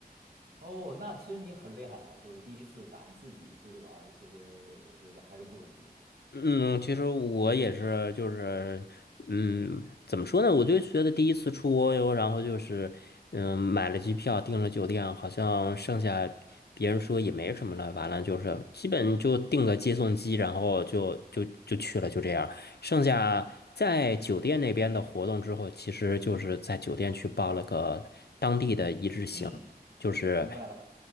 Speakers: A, on the right; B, on the left.
A: 哦，那其实你很厉害了，就是第一次敢自己出去玩儿，其实我觉得还是不容易的。
B: 嗯，其实我也是，就是，嗯，怎么说呢？我就觉得第一次出国游，然后就是，嗯，买了机票，订了酒店，好像剩下别人说也没什么了，完了就是基本就订个接送机，然后就就就去了，就这样。剩下在酒店那边的活动之后，
A: 嗯
B: 其实就是在酒店去报了个当地的一日行，
A: 嗯，
B: 就是
A: 明白了。